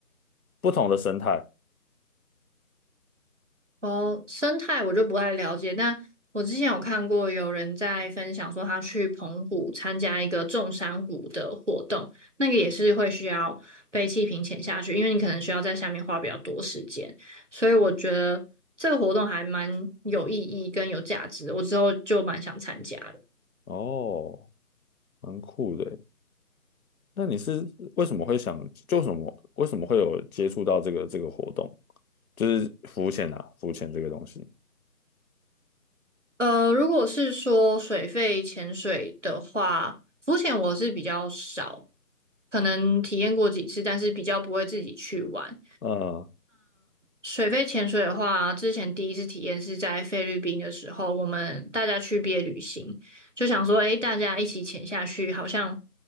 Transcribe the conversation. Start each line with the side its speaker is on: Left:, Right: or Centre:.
Left: 不同的生态
Right: 哦，生态我就不太了解，但我之前有看过有人在分享说，他去澎湖参加一个种珊瑚的活动，那个也是会需要被气瓶潜下去，因为你可能需要在下面花比较多时间，所以我觉得这个活动还蛮有意义跟有价值的我之后就蛮想参加的。
Left: 哦，蛮酷的耶那你是为什么会想，就什么为什么会有接触到这个这个活动，就是浮潜啊，浮潜这个东西。
Right: 呃，如果是说水费潜水的话，浮潜我是比较少，可能体验过几次，但是比较不会自己去玩。
Left: 嗯，
Right: 水肺潜水的话，之前第一次体验是在菲律宾的时候，我们大家去毕业旅行，就想说，诶，大家一起潜下去，好像，